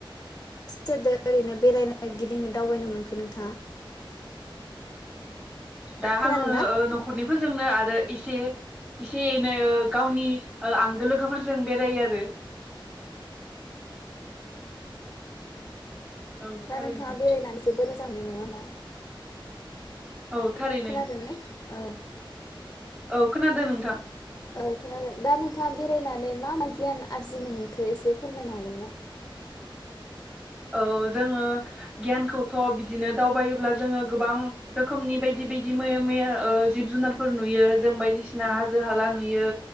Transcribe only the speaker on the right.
दा
आङो न खरनिफोरजोंनो आरो एसे एसे एनै गावनि आंगो लोगोफोरजों बेरायो आरो। औ
थारैनो
औ थारैनो
औ खोनादों नोंथां
औ जोङो गियानखौथ' बिदिनो दावबायोब्ला जोङो गोबां रोखोमनि बायदि बाय दि मैया मैया ओ जिब जुनारफोर नुयो जों बायदिसिना हाजो हाला नुयो।